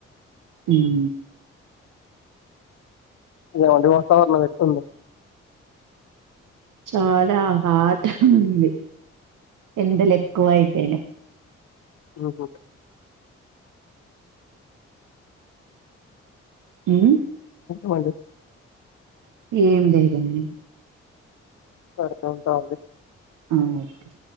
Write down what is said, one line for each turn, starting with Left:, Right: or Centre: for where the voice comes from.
Right: ఉమ్
Left: ఏవంటి వాతావరణం ఎట్టుంది <inaudible>
Right: చాలా హాట్ ఉంది ఎండలు ఎక్కువ అయిపోయినయ్
Left: ఉహు
Right: హుమ్
Left: వాడు
Right: ఏం లేగానీ
Left: సరే ఉంటా అండి
Right: ఆ ఓకే స